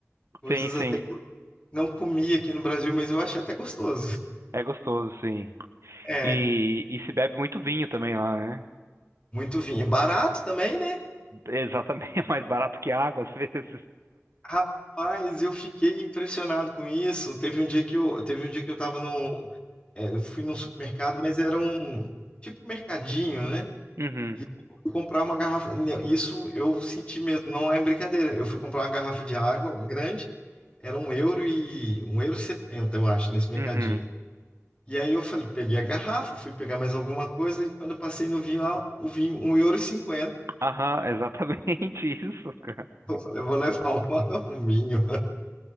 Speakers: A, on the left; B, on the right.
A: Coisas
B: Sim,
A: até
B: sim.
A: que eu não comi aqui no Brasil, mas eu achei até gostoso.
B: É gostoso, sim.
A: É,
B: E, e se bebe muito vinho também lá, né?
A: muito vinho. E Barato também, né?
B: É Exatamente, <laughs> é mais barato que água às vezes.
A: Rapaz, eu fiquei impressionado com isso. Teve um dia que eu, teve um dia que eu tava num É, eu fui num supermercado, mas era um tipo mercadinho, né?
B: Uhum,
A: E eu fui comprar uma garrafa. não, Isso eu senti mesmo, não é brincadeira. Eu fui comprar uma garrafa de água grande, era um euro e um euro e setenta, eu acho, nesse mercadinho.
B: uhum.
A: E aí eu falei, peguei a garrafa, fui pegar mais alguma coisa, e quando eu passei no vinho lá, o vinho, um euro e cinquenta. <laughs>
B: Aham, exatamente <laughs> isso, cara.
A: Eu falei, eu vou levar uma, <laughs> um vinho.